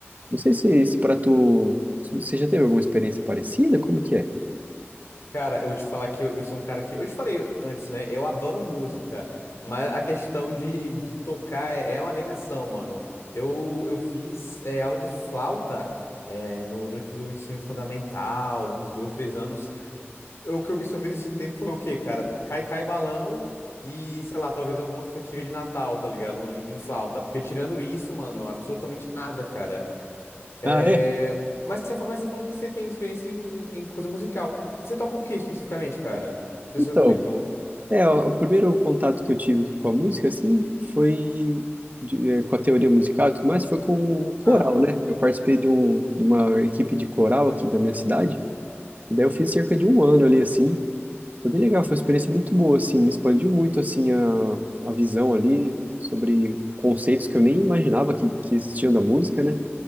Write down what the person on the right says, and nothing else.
Não sei se, se para tu, se- você já teve alguma experiência parecida, como que é?
Ah, é?
Então,
É, ó, o primeiro contato que eu tive com a música, assim, foi de- é, com a teoria musical e tudo mais, foi com o coral,
né? Eu participei de, um, de uma equipe de coral aqui da minha cidade, e daí eu fiz cerca de um ano ali, assim. Foi bem legal, foi uma experiência muito boa, assim, me expandiu muito, assim, a, a visão ali sobre conceitos que eu nem imaginava que, que existiam da música, né?